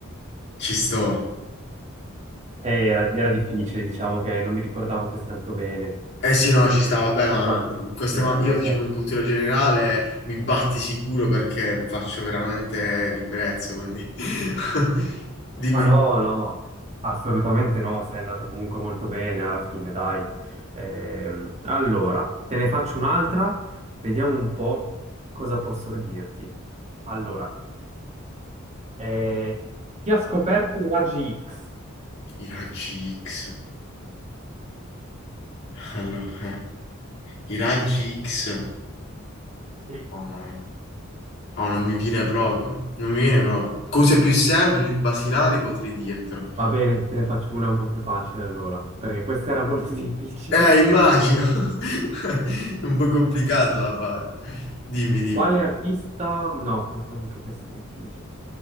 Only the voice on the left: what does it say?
Ci sto.
Eh sì, no, ci sta, vabbè, ma
queste
ma- io diciamo
in cultura generale mi batti sicuro perché faccio veramente ribrezzo, quindi... <laughs> Dimmi,
di-
i raggi X. Allora, eh, i raggi X.
Mamma mia. No, non mi viene proprio, non mi viene proprio. Cose più semplici, più basilari potrei dirtelo.
Eh, immagino. <laughs> È un po' complicato da fare. Dimmi, dimmi.